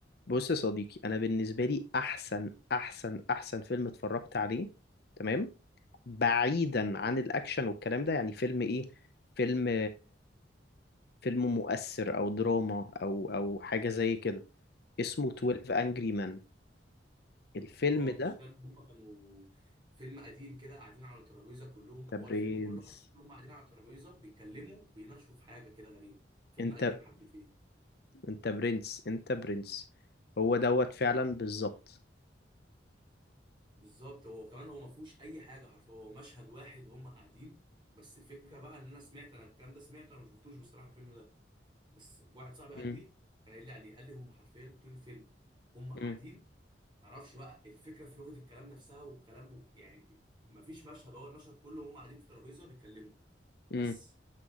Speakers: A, on the left (about 60°); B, on the right (about 25°).
A: بص يا صديقي انا بالنسبه لي احسن احسن احسن فيلم اتفرجت عليه تمام بعيدا عن الاكشن والكلام ده يعني فيلم ايه فيلم فيلم
B: امم
A: مؤثر او دراما او او حاجه زي كده اسمه 12
B: امم
A: انجري مان الفيلم
B: اه
A: ده
B: مش ده اللي هم كانوا فيلم قديم كده قاعدين على ترابيزه كلهم
A: انت
B: هو الفيلم
A: برنس
B: كله حرفيا هم قاعدين على ترابيزه بيتكلموا بيناقشوا في حاجه كده غريبه فيلم
A: انت
B: قديم حبتين
A: انت برنس انت برنس هو دوت فعلا
B: شو
A: بالظبط
B: بالظبط هو كمان هو ما فيهوش اي حاجه حرفيا هو مشهد واحد وهم قاعدين بس الفكره بقى ان انا سمعت انا الكلام ده سمعته انا ما شفتوش بصراحه الفيلم ده بس واحد صاحبي قال
A: مم.
B: لي كان قايل لي عليه قال لي هم حرفيا طول الفيلم هم قاعدين
A: مم.
B: معرفش بقى الفكره في لغه الكلام نفسها والكلام و- يعني ما فيش مشهد هو المشهد كله هم قاعدين في ترابيزه بيتكلموا بس
A: مم.